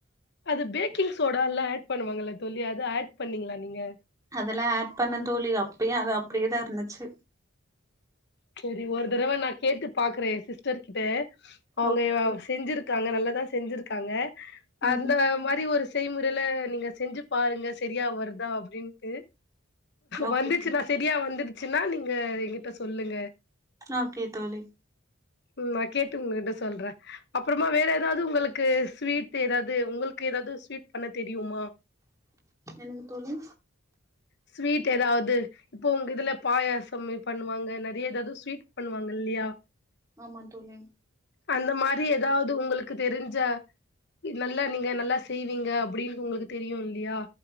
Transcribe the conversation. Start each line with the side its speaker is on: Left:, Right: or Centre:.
Left: அது பேக்கிங் சோடா எல்லா ஆட் பண்ணுவாங்களல்ல தோழி அது ஆட் பண்ணீங்களா நீங்க?
Right: அதெல்லாம் ஆட் பண்ணேன் தோழி அப்பயும் அது அப்டியே தான் இருந்துச்சு
Left: சரி ஒரு தடவை நான் கேட்டு பாக்குறேன் என் சிஸ்டர் கிட்ட அவுங்க
Right: ஓகே தோழி
Left: செஞ்சிருக் காங்க நல்லதா செஞ்சிருக்காங்க
Right: ம்
Left: அந்த மாரி ஒரு செய்முறையில நீங்கள் செஞ்சு பாருங்க சரியா வருதா அப்டின்ட்டு
Right: ஓகே
Left: வந்துச்சுன்னா
Right: தோழி
Left: சரியா வந்துருச்சுன்னா நீங்க எங்கிட்ட சொல்லுங்க
Right: ஓகே தோழி
Left: ம் நான் கேட்டு உங்ககிட்ட சொல்றேன். அப்பறமா வேற ஏதாவது உங்களுக்கு ஸ்வீட் ஏதாவது உங்களுக்கு ஏதாவது ஸ்வீட் பண்ண தெரியுமா?
Right: என்னங்க தோழி
Left: ஸ்வீட் ஏதாவ்து இப்போ உங்க இதுல பாயாசம் பண்ணுவாங்க நிறைய ஏதாவது ஸ்வீட் பண்ணுவாங்க இல்லையா?
Right: ஆமா தோழி
Left: அந்த மாரி ஏதாவது உங்களுக்கு தெரிஞ்சா நல்லா நீங்க நல்லா செய்வீங்க அப்டின்னு உங்களுக்கு தெரியும் இல்லையா